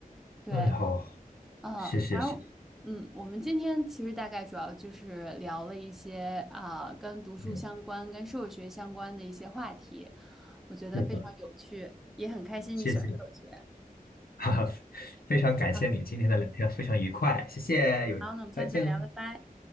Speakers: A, in the centre; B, on the left (about 85°).
A: 对，
B: 哎，好，
A: 嗯，
B: 谢谢，
A: 反正，
B: 谢谢，
A: 嗯，我们今天其实大概主要就是聊了一些啊、跟读书相关、
B: 嗯
A: 跟社会学相关的一些话题，我觉得非常有趣，
B: 是的，
A: 也很开心你喜欢社会学。
B: 谢谢，<laughs> 哈哈，非常感谢你今天的聊天，
A: 啊，
B: 非常愉快，谢谢，有，
A: 好，那我们下次再聊，
B: 再见喽。
A: 拜拜。